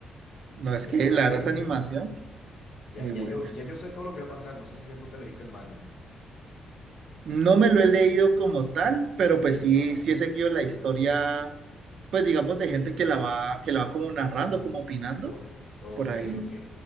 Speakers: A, on the right; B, on the left.
A: No, es
B: Ya
A: que
B: yo me
A: la
B: leí,
A: verdad esa animación,
B: ya,
A: muy
B: ya
A: buena.
B: yo, ya yo sé todo lo que va a pasar. No sé si ya tú te leíste el manga.
A: No me lo he leído como tal, pero pues sí,
B: Ajá.
A: sí he seguido la historia, pues digamos, de gente que la va, que la va como narrando, como opinando,
B: Ok, ok,
A: por ahí.
B: ok.